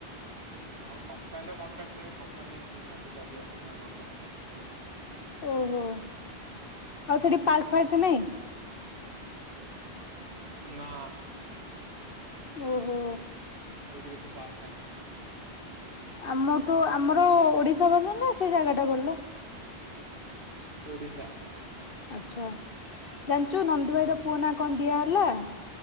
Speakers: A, on the right (about 55°); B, on the left (about 55°).
A: ହଁ କମ୍ପାନୀର କଣ୍ଟ୍ରାକ୍ଟର କମ୍ପାନୀ ପିଲା ଯିଏ ଅଛନ୍ତି ତା କଣ୍ଟ୍ରାକ୍ଟର। ଅଛି।
B: ଓହୋ,
A: ହୁଁ
B: ଆଉ ସେଠି ପାର୍କ ଫାର୍କ ନାଇଁ?
A: ନା।
B: ଓହୋ।
A: ଏଇଠି କିଛି ପାର୍କ ଫାର୍କ ନାହିଁ।
B: ଆମଠୁ ଆମର ଓଡିଶା ଭଲ ନା ସେଇ ଜାଗା ଟା ଭଲ?
A: ଓଡ଼ିଶା।
B: ଆଚ୍ଛା, ଜାଣିଛୁ ନନ୍ଦୁ
A: ହୁଁ।
B: ଭାଇର ପୁଅ ନା କଣ ଦିଆହେଲା?